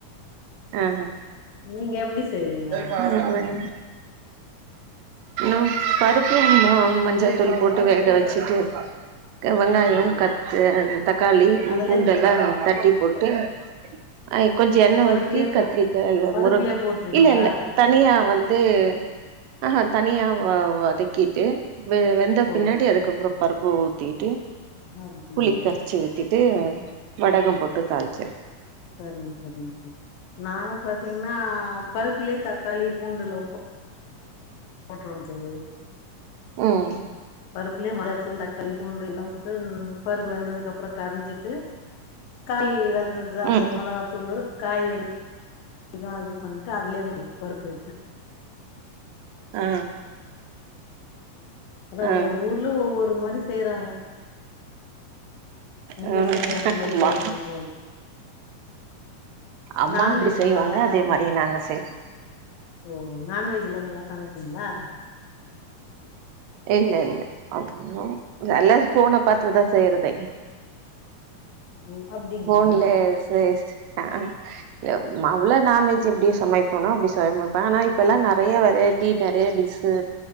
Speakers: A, on the right; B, on the left.
A: ஆ
B: நீங்க எப்டி செய்வீங்க
A: <inaudible> ம் பருப்பு ம மஞ்சத்தூள் போட்டு வேக வச்சுட்டு வெங்காயோ
B: ஓ
A: கத்து
B: நா
A: தக்காளி
B: அதுல
A: பூண்டெல்லா தட்டி போட்டு ஆ கொஞ்ச எண்ண
B: பருப்புலயே
A: ஊத்தி
B: போ
A: கத்திரிக்காய் இல்ல
B: பருப்புலயே
A: முருங்கா
B: போட்ருவீங்களா
A: இல்ல இல்ல தனியா வந்து ஆஹ தனியா வ வதக்கிட்டு வே வெந்த
B: ஓ
A: பின்னாடி அதுக்கப்புற பருப்பு ஊத்திட்டு
B: அப்டிங்களா
A: புளி கரைச்சி ஊத்தி ட்டு வடகம் போட்டு தாளிச்சி
B: சரிங்க சரிங்க தோழி நாங்க பாத்தீங்ன்னா பருப்புலே தக்காளி பூண்டுலா போ போட்ருவோ தோழி
A: ம்
B: பருப்புலே மொராச்சூல் தக்காளி பூண்டு எல்லா போட்டு பருப்பு வெந்ததுக்கு அப்றோ கரஞ்சிட்டு காய் வெந்துதா அந்த
A: ம்
B: மொளகாத்தூளு காய் வரி இதா இது பன்ட்டு அதுலே பருப்பு எத்து
A: ஆ
B: ஆனா
A: ஆ
B: ஒரு ஊர்ல ஒவ்வொரு மாரி செய்றாங்க உங்க
A: ஆ
B: ஊர் சைடு அந்த மாரி
A: அம்மா
B: செய்றீங்போல
A: அம்மா
B: நான்வெஜ்லா
A: அப்டி செய்வாங்க
B: நல்லா சாய்வீங்
A: அதே மாரி நானு செய்
B: ஓ நான்வெஜ்ல்லா நல்லா சமைப்பிங்ளா
A: இல்ல இல்ல அப்புனோ எல்லா ஃபோன பாத்துதா செய்றதே
B: ஓ அப்டிங்களா
A: ஃபோன்லே ஸ் அ யே மவ்ள நான்வெஜ் எப்டி சமைப்போனா அப்படி சமைப்ப ஆனா இப்பெல்லா நெறயா வெரைட் டி நெறைய டிஸ்ஸு